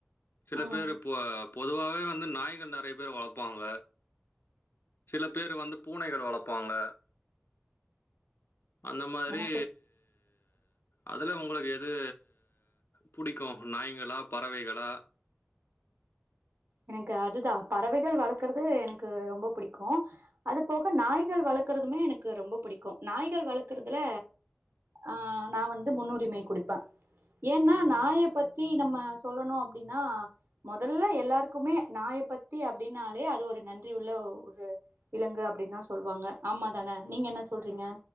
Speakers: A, on the left; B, on the right.
A: சில
B: ம்
A: பேரு பொ பொதுவாவே வ ந்து நாய்கள் நறைய பேரு வளப்பாங்க சில பேரு வந்து பூனைகள் வளப்பாங்க அந்த மாதிரி
B: எனக்கு
A: அதுல உங்குளுக்கு எது புடிக்கு நாய்ங்களா பறவைகளா
B: எனக்கு அதுதா பறவைகள் வளக்கறது எனக்கு ரொம்ப பிடிக்கு அது போக நாய்கள் வளக்கறதுமே எனக்கு ரொம்ப பிடிக்கு நாய்கள் வளக்கறதுல ஆ நா வந்து முன்னுரிமை குடுப்பே ஏன்னா நாய பத்தி நம்ம சொல்லணு அப்டின்னா மொதல்ல எல்லாரு க்குமே நாயப் பத்தி அப்டின்னாலே அது ஒரு நன்றி உள்ள ஒ ஒரு விலங்கு அப்டின் தா சொல்வாங்க ஆமா தான நீங்க என்ன சொல்றீங்க